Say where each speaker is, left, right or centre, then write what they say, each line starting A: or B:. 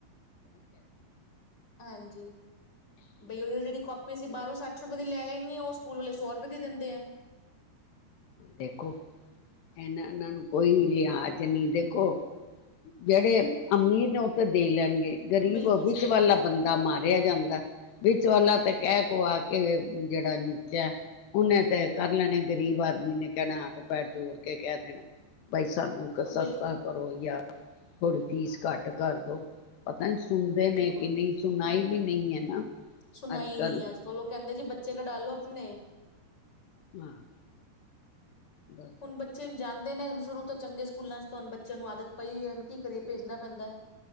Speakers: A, on the left; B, on the left.
A: ਹਾਂਜ ਬਈ ਉਹਹੀ ਜਿਹੜੀ ਕਾਪੀ ਸੀ ਬਾਰੋਂ ਸੌ ਸੱਠ ਰੁਪਏ ਦੀ ਲੈ ਲੈਨੀ ਆਂ ਔ ਸਕੂਲ ਵਾਲਲੇ ਸੌ ਰੁਪਏ ਦੀ ਦਿੰਦੇ ਐਂ।
B: ਦੇਖੋ ਏਨਾ-ਏਨਾ ਨੂੰ ਕੋਈ ਲਿਆਜ ਨਈਂ ਦੇਖੋ ਜੇੜੇ ਅਮੀਰ ਨੇ ਔ ਤੇ ਦੇ ਲੈਨਗੇ ਗਰੀਬ
A: ਬਿਲਕੁਲ
B: ਔ ਵਿੱਚ
A: ਸਹੀ
B: ਵਾਲਾ
A: ਗੱਲ ਹੈ
B: ਬੰਦਾ ਮਾਰਿਆ ਜਾਂਦਾ, ਵਿੱਚ ਵਾਲਾ ਤੇ ਕਹਿ ਕੋਆ ਕੇ ਜੇੜਾ ਨੀਚਾ ਔਨੇ ਤੇ ਕਰ ਲੈਨ ਗਰੀਬ ਆਦਮ ਔਨੇ ਕੇਨਾ ਹਾਥ-ਪੈਰ ਜੋੋੜ ਕੇ ਕੈਹ ਦੇਨਾ <unintelligible> ਸਸਤਾ
A: ਬਿਲਕੁਲ
B: ਕਰੋ ਯਾ ਥੋੜੀ ਫੀਸ ਘੱਟ ਕਰਦੋ ਪਤਾ ਨ ਸੁਨਦੇ ਨੇ
A: ਬਿਲਕੁਲ
B: ਕਿ ਨਂਈ ਸੁਨਾਈ ਵੀ ਨਈ ਐ ਨਾ
A: ਸੁਣਾਈ
B: ਅੱਜ-ਕੱਲ
A: ਨੀ ਅੱਜ ਕੱਲ ਉਹ ਕਹਿੰਦੇ ਜੀ ਬੱਚੇ ਕਡਾਲੋ ਅਪਨੇ
B: ਹਾਂ ਦੱਸ
A: ਹੁਨ ਬੱਚੇ ਨੂੰ ਜਾ ਦੇ ਨੇ ਸ਼ੁਰੂ ਤੋਂ ਚੰਗੇ ਸਕੂਲਾਂ ਚ ਤੁਆਨੂੰ ਬੱਚਿਆਂ ਨੂੰ ਆਦਤ ਪਈ ਹੋਈ ਕੀ ਕਰੀਏ? ਭੇਜਾਨ ਪੇਂਦੈ।